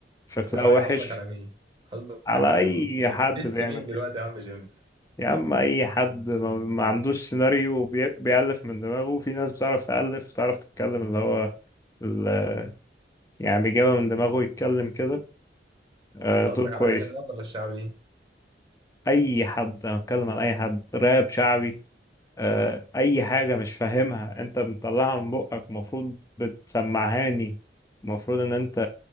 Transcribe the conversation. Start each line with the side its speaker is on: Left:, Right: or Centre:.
Left: شكلها
Right: ثواني
Left: وحش
Right: قصدك على مين قصدك
Left: على
Right: على
Left: أي
Right: مين انت
Left: حد
Right: بتدس
Left: بيعمل
Right: مين
Left: كده
Right: دلوقتي يا عم جيمس
Left: يا عم اي حد ما ما عندوش سيناريو وبي- بيألف من دماغه في ناس بتعرف تألف وتعرف تتكلم اللي هو ال- يعني بيجيبها من دماغه يتكلم كده آه،
Right: قصدك
Left: دول كويس
Right: على اغاني الراب ولا الشعبي
Left: اي حد انا بتكلم على اي حد راب شعبي آه، اي حاجة مش فاهمها انت بتطلعها من بقك المفروض بتسمعهاني المفروض ان انت